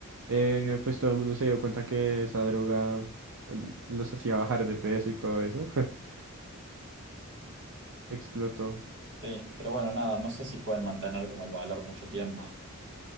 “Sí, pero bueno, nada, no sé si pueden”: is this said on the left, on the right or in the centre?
Right